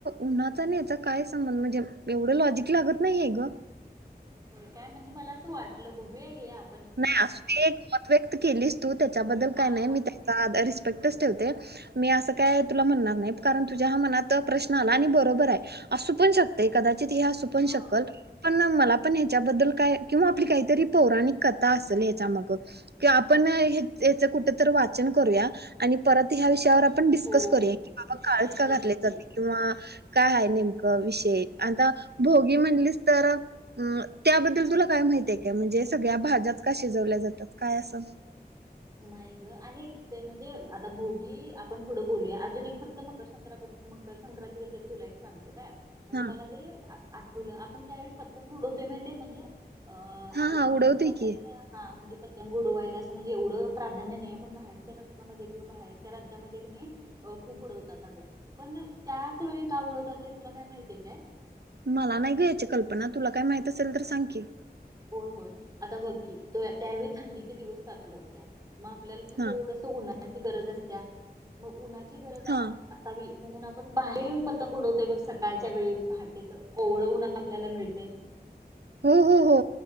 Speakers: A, on the right; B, on the right.
A: उन्हाचा आणि ह्याचा काय संबंध म्हणजे एवढ लॉजिक लागत नाहीय ग.
B: काय म्हणजे मला असं वाटलं बघूया घे आप
A: नाही असुदे ते एक मत व्यक्त केलीस तू त्याच्याबद्दल
B: हा
A: काय नाही
B: हा
A: मी
B: हा
A: त्याचा रिस्पेक्टच ठेवते. मी अस काय तुला म्हणणार नाही तुज्या हा मनात हा प्रश्न आला बरोबर आहे असू पण शकतंय कदाचित. नाही असू पण
B: हा
A: शकल पण- मला पण याच्याबद्दल काय किंवा आपली काहीतरी पोरांनी करा - काय असेल याच्या माग आपणच कुठ वाचन करूया आणि परत ह्या विषयावर! डिस्कस
B: हो
A: करूया
B: हो
A: की बाबा काळच
B: नक्की
A: काय घातले
B: नक्की
A: जाते किंवा - काय आहे नेमकं विषय आता भोगी म्हणलीस तर अं त्याबद्दल तुला काय माहिती आहे काय म्हणजे सगळ्या भाज्या! शिजवल्या जातात काय असं-
B: नाही ग आणि ते म्हणजे आता भोगी आपण पुढं बोलूया अजून एक फक्त मकर संक मकर संक्रांती बद्दल तुला एक सांगतो काय. म्हणजे
A: हा
B: मला ते आठ- आठ तुला आपण त्यावेळी पतंग उडवते माहितीय म्हणजे. अ
A: हा
B: आपल्या
A: हा
B: महाराष्ट्राच्या
A: उडवते की
B: हा म्हणजे - पतंग उडवायला अस म्हणजे एवढं! प्राधान्य नाही पण बाहेरच्या राष्ट्रामध्ये किंवा बाहेरच्या राज्यामध्ये नाही खूप उडवतात अगं पण त्याच वेळी का उडवतात हे तुला काय माहिती आहे काय?
A: मला नाही घ्या याची कल्पना तुला काय माहित असेल तर सांग की?
B: होय- होय आता बघकी त्यावेळी थंडीचे दिवस चालू असत्यात. मग आपल्याला थोडस
A: हा
B: उन्हात! आची गरज असत्या! मग उन्हाची गरज अस
A: हा
B: असावी. म्हणून आपण बाहेर येऊन पतंग उडवतोय बघ सकाळच्या वेळी पहाटेचं कोवळवन आपल्याला मिळते.
A: हो हो हो